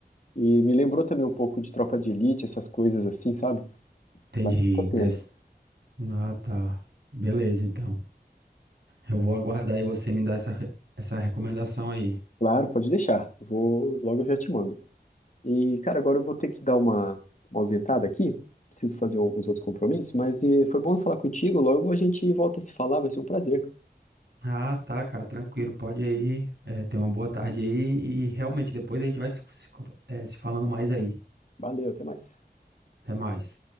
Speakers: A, on the left; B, on the right.
A: E me lembrou também um pouco de Tropa de Elite, essas coisas assim, sabe?
B: entendi.
A: Vale muito a pena.
B: Deve... s- Ah, tá. Beleza, então. Eu vou aguardar e você me dar essa, re- essa recomendação aí.
A: Claro, pode deixar. Eu Vou, logo eu já te mando. E, cara, agora eu vou ter que dar uma, uma ausentada aqui. Preciso fazer o- os outros compromissos, mas eh, foi bom falar contigo. Logo a gente volta a se falar, vai ser um prazer.
B: Ah, tá, cara, tranquilo, pode ir aí. É, tenha uma boa tarde aí e realmente depois a gente vai se, se, con- eh, se falando mais aí.
A: Valeu, até mais.
B: Até mais.